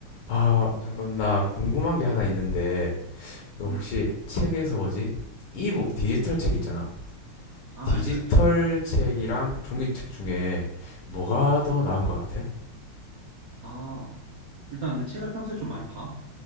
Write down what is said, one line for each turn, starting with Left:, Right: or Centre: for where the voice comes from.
Left: 아, 잠깐 나 궁금한 게 하나 있는데 너 혹시
Right: 음.
Left: 책에서 뭐지? 이북 디지털 책 있잖아.
Right: 아,
Left: 디지털
Right: 알지, 알지.
Left: 책이랑 종이책 중에 뭐가
Right: 음.
Left: 더 나은 것 같아?
Right: 아, 일단 근데 책을 평소에 좀 많이 봐?